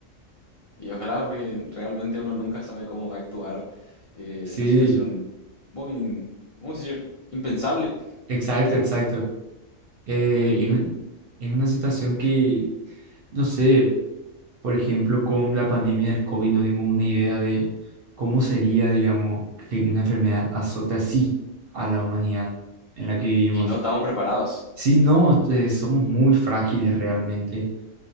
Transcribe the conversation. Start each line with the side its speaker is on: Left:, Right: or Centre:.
Left: Y ojalá, porque realmente uno nunca sabe cómo va a actuar eh,
Right: Sí,
Left: en una situación muy, vamos a decir, impensable
Right: exacto, exacto. Eh,
Left: y,
Right: es un- es una situación que, no sé. Por ejemplo, con la pandemia del COVID nos dimos una idea de cómo sería, digamos, que una enfermedad azote así a la humanidad en la que vivimos.
Left: y no estamos preparados.
Right: Sí, no, eh, somos muy frágiles realmente